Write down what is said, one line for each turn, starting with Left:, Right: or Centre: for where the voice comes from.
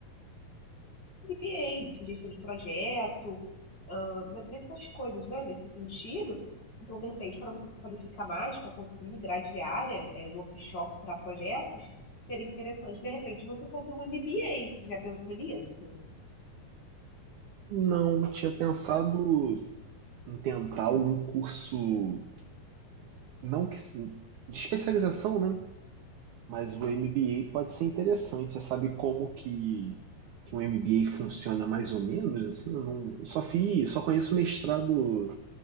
Left: MBA, de gestão de projeto, ah, ne- nessas coisas, né? Nesse sentido. Então, de repente, para você se qualificar mais, para conseguir migrar de área, eh, do offshore para projetos, seria interessante, de repente, você fazer um MBA. Você já pensou nisso?
Right: Não tinha pensado em tentar algum curso, não que se- de especialização, né? Mas o MBA pode ser interessante. Você sabe como que, que um MBA funciona mais ou menos? Assim, eu, não, eu só fiz, só conheço mestrado